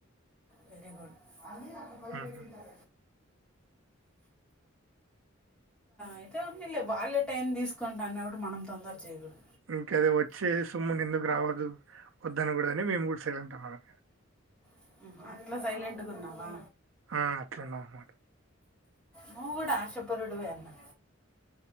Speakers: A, in the centre; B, on the right (about 70°).
A: వెరీ గుడ్ అని అక్కడ
B: ఉమ్.
A: పెట్టిరు అయితే ఉందిలే వాళ్ళే టైం తీసుకుం అన్నప్పుడు మనం తొందర చేయకూడదు
B: ఇంక అది వచ్చే సుమ్ము క ఎందుకు గ రావదు వద్దాని కూడా అని మేము కూడా సైలెంట్ ఉన్నాము
A: <inaudible> అట్లా సైలెంట్గా ఉన్నావా
B: ఆ, అట్లున్నాము
A: నువ్వు కూడా ఆశపరిడువేన్నా